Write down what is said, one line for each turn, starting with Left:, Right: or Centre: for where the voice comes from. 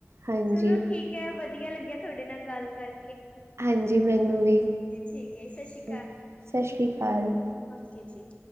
Right: ਹਾਂਜੀ,
Left: ਚਲੋ ਠੀਕ ਹੈ ਵਧੀਆ ਲੱਗਿਆ ਤੁਹਾਡੇ ਨਾਲ ਗੱਲ ਕਰ
Right: ਹਾਂਜੀ ਮੈਨੂੰ ਵੀ
Left: ਠੀਕ ਹੈ ਸਤਿ ਸ਼੍ਰੀ
Right: ਸਤਿ ਸ੍ਰੀ ਅਕਾਲ
Left: ਕੇ ਜੀ